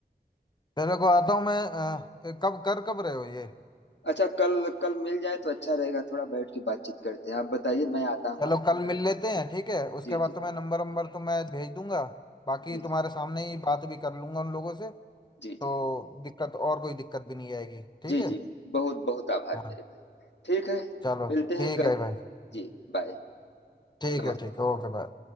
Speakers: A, on the left (about 25°); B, on the left (about 85°).
A: चलो को आता हूँ मैं अ, कब कर कब रहे हो ये
B: अच्छा कल कल मिल जाए तो अच्छा रहेगा थोड़ा बैठ के बातचीत करते हैं आप बताइए मैं आता हूँ
A: चलो
B: आपके
A: कल मिल
B: घर उधर
A: लेते
B: से।
A: हैं ठीक है उसके
B: जी
A: बाद
B: जी
A: तुम्हें नंबर नंबर तो मैं भेज दूंगा बाकी
B: जी
A: तुम्हारे
B: जी
A: सामने ही बात भी कर लूंगा उन लोगों से तो
B: जी जी
A: दिक्कत और कोई दिक्कत भी नहीं आएगी ठीक
B: जी
A: है
B: जी बहुत बहुत आभार
A: हाँ
B: मेरे भाई ठीक है
A: चलो
B: मिलते
A: ठीक
B: हैं कल
A: है भाई
B: जी बाय
A: ठीक
B: नमस्कार
A: है ठीक है ओके बाय